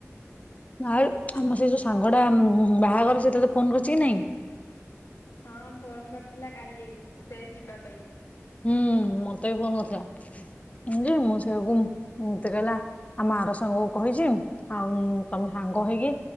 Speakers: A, on the left; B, on the left.
A: ଆ ଆମ ସେ ଯୋଉ ସାଙ୍ଗଟା ବାହାଘର ସେ ତତେ ଫୋନ କରୁଛି କି ନାଇଁ।
B: ହଁ ଫୋନ କରିଥିଲା କାଲି ସେ ଯିବା ପାଇଁ।
A: ହୁଁ ମତେ ବି ଭଲ କରିଥିଲା। ଯେ ମୁଁ ସେଆକୁ ମତେ କହିଲା ଆ ମା ର ସାଙ୍ଗ କ କହିଛି। ଆଉ ତମେ ସାଙ୍ଗ ହେଇକି